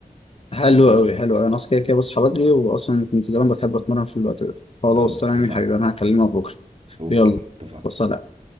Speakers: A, on the left; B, on the right.
A: حلو قوي حلو قوي انا اصلا كده كده بصحى بدري واصلا كنت زمان بحب اتمرن في الوقت ده خلاص
B: طب اتفقنا
A: تمام يا حبيبي انا هكلمك بكره
B: أوكي
A: يلا
B: اتفقنا
A: سلام